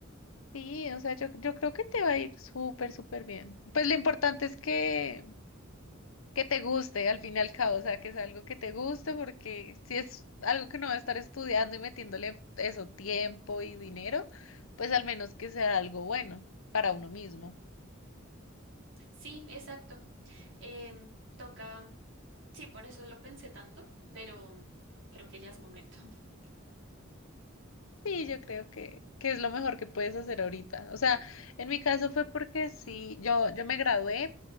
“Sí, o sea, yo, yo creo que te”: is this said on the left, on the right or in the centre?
Left